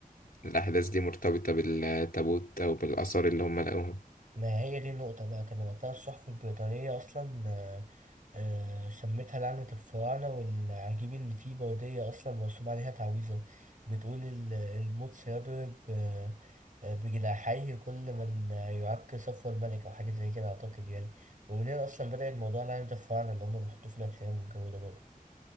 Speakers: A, on the left; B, on the right.
A: الأحداث دي مرتبطة بالتابوت أو بالآثار اللي هم لقوها
B: ما هي دي النقطة بقى كان وقتها الصحف البريطانية أصلا آه، آه، سمتها لعنة الفراعنة والعجيب إن في بودية أصلا مرسوم عليها تعويذة بتقول ال- الموت سيضرب آه، آه، بجناحيه كل من يعك صفو الملك أو حاجة زي كده أعتقد يعني ومن هنا أصلا بدأت موضوع لعنة الفراعنة اللي هما بيحطوه في الأفلام والجو ده برضه